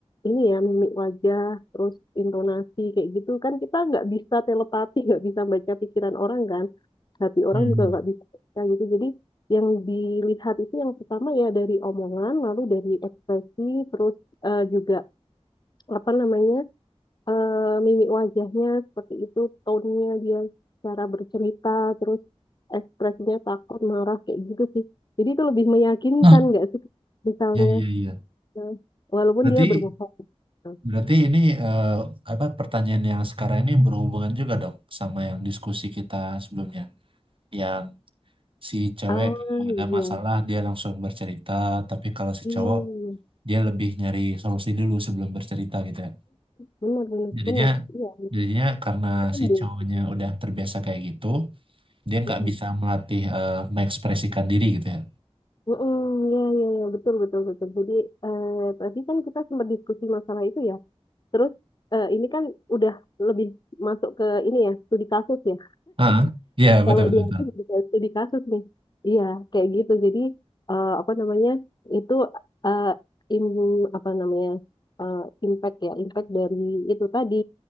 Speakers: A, on the left (about 40°); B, on the right (about 50°).
A: ini ya mimik wajah, terus intonasi kayak gitu kan kita nggak bisa telepati, nggak bisa baca pikiran orang kan. Hati orang
B: Hmm.
A: juga nggak bisa baca gitu. Jadi yang dilihat itu yang pertama ya dari omongan, lalu dari ekspresi, terus eh, juga apa namanya eh, mimik wajahnya seperti itu, tone-nya dia cara bercerita, terus ekspresinya takut marah kayak gitu sih jadi itu lebih meyakinkan
B: Nah,
A: nggak sih misalnya
B: iya iya iya.
A: eh, walaupun
B: Berarti
A: dia berbohong gitu.
B: Berarti ini eh, apa pertanyaan yang sekarang ini berhubungan juga dong sama yang diskusi kita sebelumnya. Yang si cewek
A: ah
B: kalau ada
A: iya
B: masalah dia langsung bercerita, tapi kalau si
A: iya
B: cowok dia lebih nyari solusi dulu sebelum bercerita gitu ya.
A: benar benar
B: Jadinya
A: benar iya
B: jadinya karena
A: benar.
B: si cowoknya udah terbiasa kayak gitu, dia nggak
A: Mm-mm.
B: bisa melatih eh, mengekspresikan diri gitu ya.
A: Mm-mm, Iya, iya, iya, betul, betul, betul. Jadi, eh, tadi kan kita sempat diskusi masalah itu ya. Terus, eh, ini kan udah lebih masuk ke ini ya, studi kasus ya.
B: Ah, iya
A: kalau
B: betul betul.
A: di aku
B: betul.
A: jadi kayak studi kasus nih iya kayak gitu jadi eh, apa namanya itu eh, im apa namanya eh, impact ya impact dari itu tadi